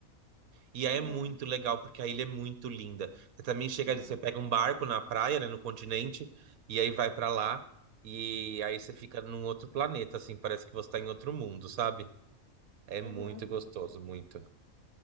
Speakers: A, on the right; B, on the left.
A: E
B: Aham.
A: aí é muito legal, porque a ilha é muito linda. Você também chega,
B: Nossa.
A: você pega um barco na praia, né, no continente, e aí vai pra lá, e aí você fica num outro planeta, assim, parece que você tá em outro mundo, sabe? É
B: Aham.
A: muito gostoso, muito.